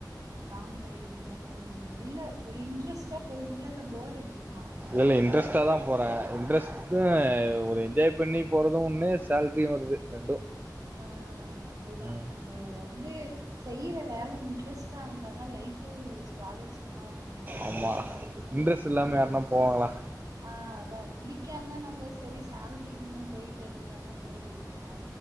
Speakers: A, on the right; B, on the right.
A: லாங் டிரைவிங் தா போனீங்லா இல்ல ஒரு இன்ட்ரெஸ்ட்டா போவீங்ளா இல்ல போர் அடிக்குமா
B: இல்லல்ல இன்ட்ரஸ்டா தா போறே இன்ட்ரஸ்ட் ஒரு என்ஜாய் பண்ணி போறது ஒன்னு சேல்ரியு வருது ரெண்டு
A: ஆ அதுதா
B: ம்
A: நம்ப வந்து செய்ற வேல இன்ட்ரெஸ்ட்டா இருந்தா தா லைஃபே சுவாரஸ்யமா இருக்குலா
B: ஆமா இன்ட்ரெஸ்ட் இல்லாம யாருனா போவாங்களா
A: ஆ அதா புடிக்காம நம்ம செரி சேல்ரிக்குனு போய்ட்டு இருந்தோனா போர்ரடிக்கு